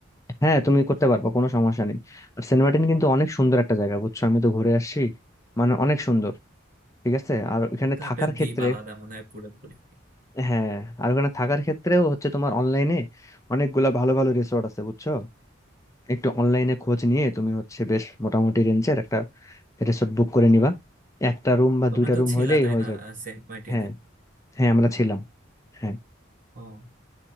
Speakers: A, on the left; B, on the right.
A: হ্যাঁ তুমি করতে পারবা কোনো সমস্যা নেই আর সেন্ট মার্টিন কিন্তু অনেক সুন্দর একটা জায়গা বুঝছো আমি তো ঘুরে আসছি মানে অনেক সুন্দর ঠিক আছে আর
B: ওটা
A: ওখানে
B: তো
A: থাকার
B: একটা
A: ক্ষেত্রে
B: দ্বীপ আলাদা মনে হয় পুরোপুরি
A: হ্যাঁ আর ওখানে থাকার ক্ষেত্রেও হচ্ছে তোমার অনলাইনে অনেকগুলা ভালো ভালো রিসোর্ট আছে বুঝছো একটু অনলাইনে খোঁজ নিয়ে তুমি হচ্ছে বেশ মোটামুটি রেঞ্জের একটা রিসোর্ট বুক করে নিবা একটা রুম বা
B: তোমরা
A: দুইটা
B: তো
A: রুম
B: ছিলা
A: হইলেই
B: তাই
A: হয়ে
B: না
A: যাবে
B: আহ, সেন্ট মার্টিনে
A: হ্যাঁ হ্যাঁ আমরা ছিলাম হ্যাঁ
B: ও